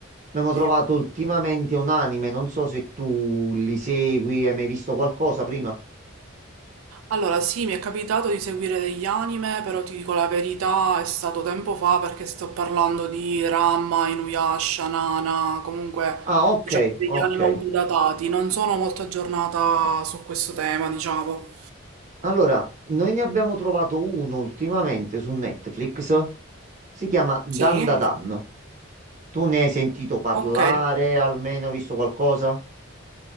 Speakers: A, on the right; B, on the right.
A: Abbiamo trovato
B: Sì.
A: ultimamente un anime, non so se tu li segui, hai mai visto qualcosa prima?
B: Allora, sì, mi è capitato di seguire degli anime, però ti dico la verità, è stato tempo fa perché sto parlando di Ranma, Inuyasha, Nana, comunque
A: Ah, ok,
B: diciamo degli
A: ok.
B: anime un po' datati, non sono molto aggiornata su questo tema, diciamo.
A: Allora, noi ne abbiamo trovato uno ultimamente su Netflix. Si chiama Dan
B: Sì?
A: Da Dan. Tu ne hai sentito parlare,
B: Ok.
A: almeno visto qualcosa?